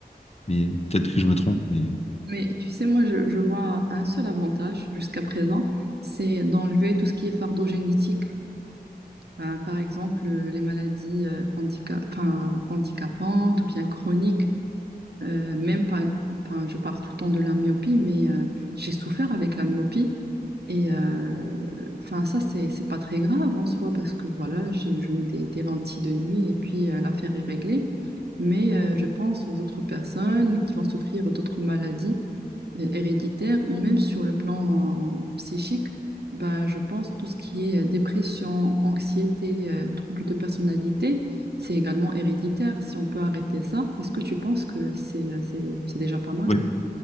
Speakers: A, on the left; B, on the right.
A: Mais peut-être que je me trompe. Mais...
B: Mais tu sais, moi, je, je vois un seul avantage jusqu'à présent, c'est d'enlever tout ce qui est fardeau génétique. Ben, par exemple, euh, les maladies euh, handicap... enfin, handicapantes ou bien chroniques. Euh, même pas, enfin, je parle tout le temps de la myopie, mais euh, j'ai souffert avec la myopie. Et euh, enfin, ça, c'est, c'est pas très grave en soi parce que voilà, j'ai- je mets des, des lentilles de nuit et puis euh, l'affaire est réglée. Mais euh, je pense aux autres personnes qui vont souffrir d'autres maladies euh, héréditaires ou même sur le plan euh, psychique. Bah, je pense tout ce qui est euh, dépression, anxiété, euh, troubles de personnalité c'est également héréditaire. Si on peut arrêter ça, est-ce que tu penses que c'est euh, c'est- c'est déjà pas mal
A: Oui.
B: ou